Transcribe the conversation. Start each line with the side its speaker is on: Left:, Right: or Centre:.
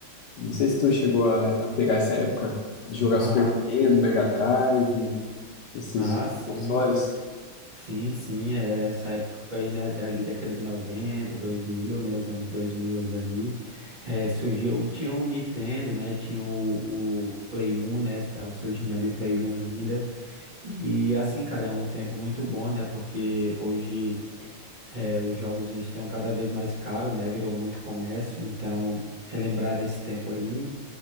Left: Não sei se tu chegou a, a pegar essa época de jogar
Right: ah,
Left: Super Nintendo, Mega Drive, esses
Right: ah, sim,
Left: consoles.
Right: sim, sim. É essa época aí, né? Dali década de noventa, dois mil, né? Os anos 2000 ali. É, surgiu, tinha o Nintendo, né? Tinha o, o Play 1, né? Tava surgindo ali o Play 1 ainda. E assim, cara, é um tempo muito bom, né? Porque hoje. É, os jogos estão cada vez mais caros, né? Virou muito comércio, então relembrar desse tempo aí